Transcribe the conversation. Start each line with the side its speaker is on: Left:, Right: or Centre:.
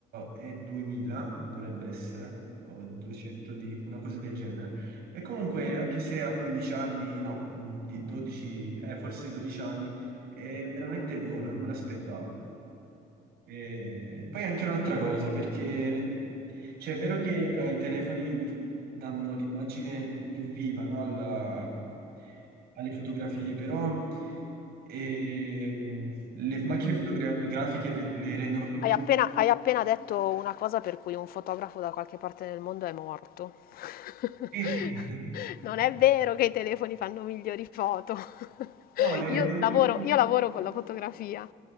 Right: E2000, dovrebbe essere, o 200 di una cosa del genere. E comunque, anche se ha 15 anni, no, di 12, eh, forse 12 anni, è veramente buona, non me l'aspettavo. E poi anche un'altra cosa, perché rende- cioè, è vero che eh, i telefoni danno l'immagine più viva, no, alla- alle fotografie, però ehm, le macchine fotografiche le, le rendono più...
Left: Hai appena, hai appena detto una cosa per cui un fotografo da qualche parte nel mondo è morto. <laughs>
Right: Sì. <laughs>
Left: Non è vero che i telefoni fanno migliori foto. <laughs>
Right: No, le rendono
Left: Io lavoro,
Right: più...
Left: io lavoro con la fotografia.